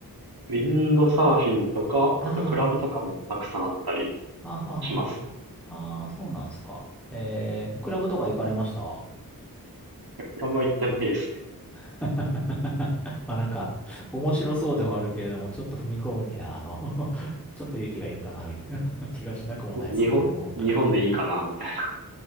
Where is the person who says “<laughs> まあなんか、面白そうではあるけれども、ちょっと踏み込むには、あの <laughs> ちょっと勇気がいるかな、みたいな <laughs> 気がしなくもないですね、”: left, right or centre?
Centre